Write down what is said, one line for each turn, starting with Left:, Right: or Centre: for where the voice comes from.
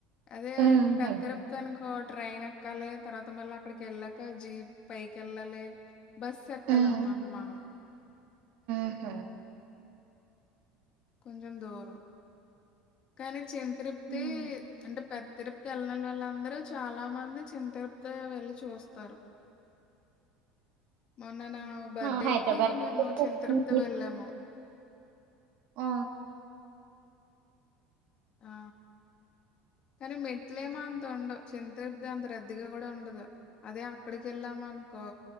Left: అదే
Right: హుహు.
Left: పెద్ద తిరుపతనుకో ట్రైన్ ఎ ఎక్కాలి తర్వాత మళ్ళీ అక్కడికి వెళ్ళాక జీప్ పైకి వెళ్ళాలి బస్సు ఎ ఎక్కాలన్న
Right: హ్మ్.
Left: మాట మనం
Right: ఊహ
Left: కొంచం దూరం కానీ చిన్న తిరుపతి
Right: హ్మ్.
Left: అంటే పెద్ద తిరుపతి వెళ్లలేని వాళ్ళందరూ చాలా మంది చిన్న తిరుపతి వెళ్లి చూస్తారు మొన్న నా బర్త్డేకిి
Right: ఆ! హైదరాబాద్
Left: మేము చిన్న తిరుపతి
Right: ఉంది.
Left: వెళ్ళాము
Right: ఆ
Left: ఆ కానీ మెట్లేమో అంత ఉండవు చిన్న తిరుపతి అంత రద్దీగా కూడ ఉండదు అదే అక్కడికి ఏళ్ళాం అనుకో